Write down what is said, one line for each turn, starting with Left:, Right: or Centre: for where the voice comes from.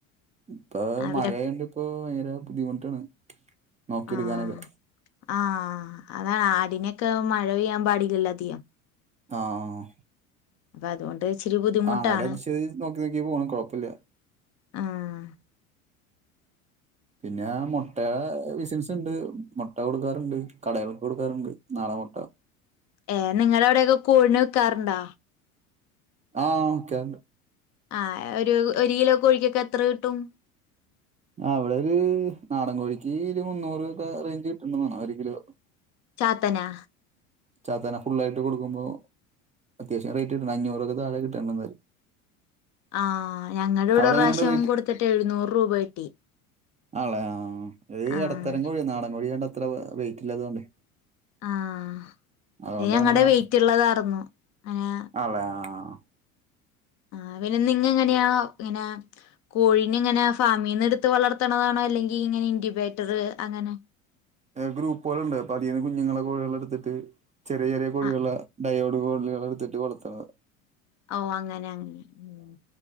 Right: ഇപ്പൊ
Left: അവിടെ
Right: മഴയുണ്ട് ഇപ്പോ ഭയ ങ്കര ബുദ്ധിമുട്ടാണ്. നോക്കിയെടുക്കാനൊക്കെ
Left: ആഹ് ആഹ് അതാണ് ആടിനക്ക മഴ പെയ്യ <unintelligible>
Right: ആഹ്
Left: അതുകൊണ്ട് ഇച്ചിരി ബുദ്ധിമുട്ടാണ്
Right: ആഹ് ആരെട്ച്ച്നോക്കി നോക്കി പോണം കൊഴപ്പില്ല.
Left: ആഹ്
Right: പിന്നെ മൊട്ട ബിസിൻസ് ഇണ്ട്. മൊട്ട കൊടുക്കാറ്ണ്ട്. കടകൾക്ക് കൊടുക്കാറ്ണ്ട്. നാടൻ മൊ
Left: ഏഹ് നിങ്ങടെ അവിടെക്കെ കോഴിനെ വിക്കാറുണ്ടോ?
Right: ആഹ് ക്കാ
Left: ആഹ് ഒരു ഒരു കിലോ കോഴിക്കൊക്കെ എത്ര കിട്ടും?
Right: ആഹ് ഇവിടൊര് നാടൻ കോഴിക്ക് ഒരു മുന്നൂറൊക്കെ റേഞ്ച് കിട്ട്ന്ന്ണ്ട് ഒരു കിലോ.
Left: ചാത്തനാ
Right: ചാത്തേനെ ഫുള്ളായിട്ട് കൊടുക്കുമ്പോ അത്യാവശ്യം റേറ്റ് കിട്ടണം. അഞ്ഞൂറൊക്കെ താഴെ കിട്ടണ്ട് എന്തായാലും.
Left: ആഹ് ഞങ്ങടൂടെ
Right: അവിടെ
Left: ഒറാവശ്യം
Right: എങ്ങനെയുണ്ട്
Left: കൊടുത്തിട്ട് എഴുന്നൂറ് രൂപ കിട്ടി.
Right: ആള്ളേ ആഹ് ഇത്
Left: ആഹ്
Right: എടത്തരം കോഴി നാടൻ കോഴിയാണ്ട് അത്ര വെയിറ്റ് ഇല്ലാതുകൊണ്ടേ
Left: ആഹ്
Right: അതോണ്ട്
Left: ഇത് ഞങ്ങടെ
Right: അങ്ങനെ
Left: വെയിറ്റുള്ളതാർന്നു അങ്ങനെ
Right: ആണ്ല്ലേ ആഹ്.
Left: അ പിന്നെ നിങ്ങ എങ്ങനെയാ ഇങ്ങനെ കോഴീനെ ഇങ്ങന ഫാമീന്ന് എട്ത്ത് വളർത്തണതാണോ അല്ലെ ങ്കി ഇങ്ങനെ ഇങ്കുബേറ്റർ അങ്ങനെ
Right: ഗ്രൂപ്പുകള്ണ്ട്. അപ്പൊ അതീന്ന് കുഞ്ഞുങ്ങളെ കോഴികളെ എട്ത്തിട്ട് ചെറിയ ചെറിയ കോഴികളെ
Left: ആ
Right: ഡയോ കളെ അത് എട്ത്തിട്ട് വളർത്തണതാ.
Left: ഓഹ് അങ്ങനെ അങ്ങനെ ഉം.